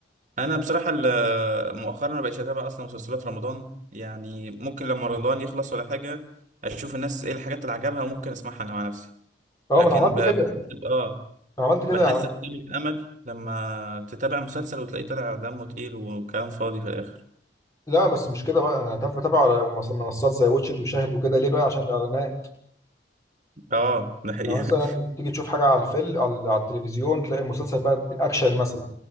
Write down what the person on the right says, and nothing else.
انا بصراحه ال- مؤخرا ما بقتش اتابع اصلا مسلسلات رمضان يعني ممكن لما رمضان يخلص ولا حاجه اشوف الناس ايه الحاجات اللي عجبها وممكن اسمعها انا مع نفسي
لكن
ب...
بحس- اه
بحس
بقيمه امل لما تتابع مسلسل وتلاقيه طلع دمه تقيل وكلام فاضي في الاخر
اه ده حقيقه